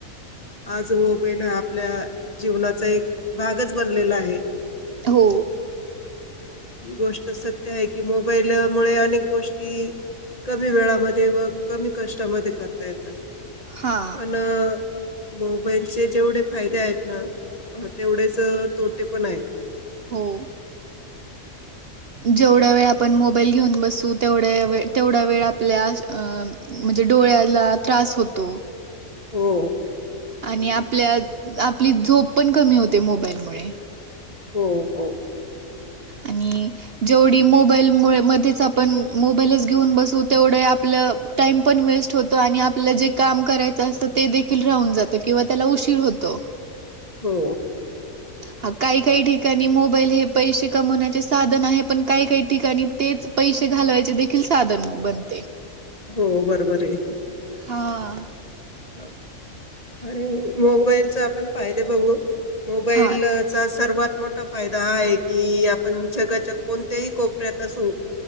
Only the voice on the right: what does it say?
हो
हा
हो. जेवढ्या वेळ आपण मोबाईल घेऊन बसू तेवढ्या तेवढ्या वेळ आपल्या म्हणजे, डोळ्याला त्रास होतो.
आणि आपल्या आपली झोप पण कमी होते. मोबाईल मुळे,
आणि जेवढी मोबाईल मुळे मध्येच आपण मोबाईलच घेऊन बसू तेवढं आपलं, टाइम पण वेस्ट होतो आणि आपल्याला जे काम करायचं असतं ते देखील राहून जात किंवा त्याला उशीर होतो. हो.
हा काही काही ठिकाणी मोबाईल हे पैसे कमवण्याचे साधन आहे पण, काही काही ठिकाणी तेच पैसे घालवायचे देखील साधन बनते.
हा
हा